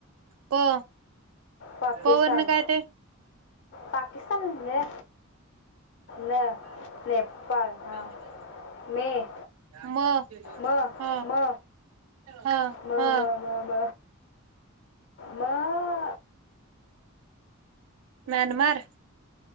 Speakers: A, on the right (about 80°); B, on the left (about 60°).
A: प
B: पाकिस्तान.
A: प वरन काय ते
B: पाकिस्तान ने न नेपाळ.
A: ह
B: हां
A: <unintelligible>
B: मे.
A: म
B: म
A: ह
B: म
A: ह.
B: म
A: ह
B: म म म मअं
A: म्यानमार.